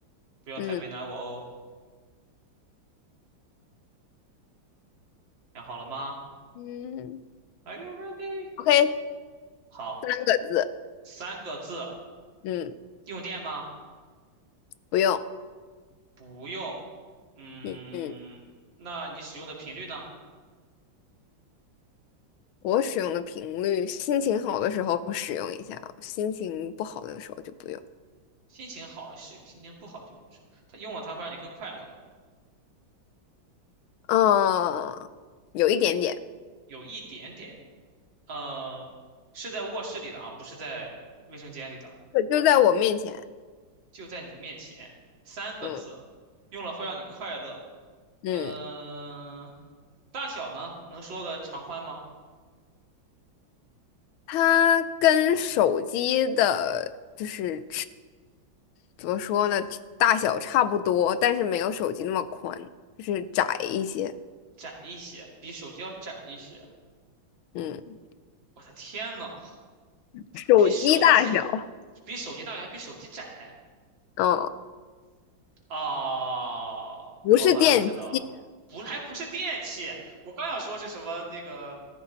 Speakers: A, on the right; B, on the left.
A: 不要太为难我哦，
B: 嗯
A: 想好了吗
B: 嗯
A: ？Are you ready？
B: ，OK，四
A: 好。
B: 个字，
A: 三个字，
B: 嗯。
A: 用电吗？
B: 不用，
A: 不用。嗯，
B: 嗯嗯，
A: 那你使用的频率呢？
B: 我使用的频率，心情好的时候使用一下，心情不好的时候就不用。
A: 心情好使用，心情不好就不使用。它用了它会让你更快乐，
B: 嗯，有一点点，
A: 有一点点。呃，是在卧室里的啊，不是在卫生间里的，
B: 对就在我面前。
A: 就在你面前。三个字，
B: 嗯
A: 用了会让你快乐。
B: 嗯，
A: 嗯、大小呢？能说个长宽吗？
B: 它跟手机的，就是怎么说呢，大小差不多，但是没有手机那么宽，就是窄一些。
A: 窄一些，比手机要窄一些。
B: 嗯，
A: 我的天呐，
B: 手机大小，
A: 比手机还比手机大小还比手机窄。
B: 嗯，
A: 啊，
B: 不是电器。
A: 我好像知道了，不，还不是电器，我刚想说是什么那个，